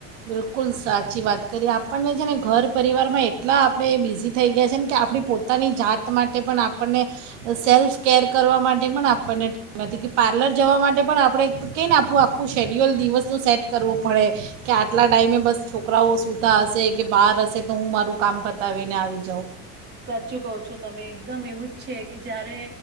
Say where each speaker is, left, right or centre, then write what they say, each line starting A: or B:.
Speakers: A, on the right; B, on the right.
A: બિલકુલ સાચી વાત કરી, આપર્ણે છે ને ઘર પરિવારમાં એટલા આપણે બિઝી થઈ ગયા છે ને કે આપણી પોતાની જાત માટે પણ આપણને સેલ્ફ કેર કરવા માટે પણ આપણને <unintelligible> નથી કે પાર્લર જવા માટે પણ આપણે ક ને આપણું આખું શેડ્યુલ દિવસનું સેટ કરવું પડે કે આટલા ટાઈઇમે બસ છોકરાઓ સુતા હશે, કે બહાર હશે તો હું મારું કામ પતાવીને આવી જાઉં.
B: સાચું કહો છો તમે, એકદમ એવું જ છે કે જયારે